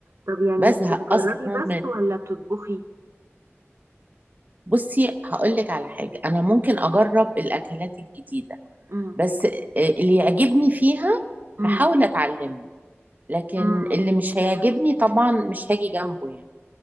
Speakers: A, on the right; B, on the right.
A: طب يعني
B: بزهق
A: بتجربي
B: اصلا
A: بس
B: من
A: ولا بتطبخي
B: بصي هقول لك على حاجه انا ممكن اجرب الاكلات الجديده
A: امم
B: بس آه، اللي يعجبني فيها
A: امم
B: هحاول اتعلمه لكن
A: امم
B: اللي مش هيعجبني طبعا مش هاجي جنبه يعني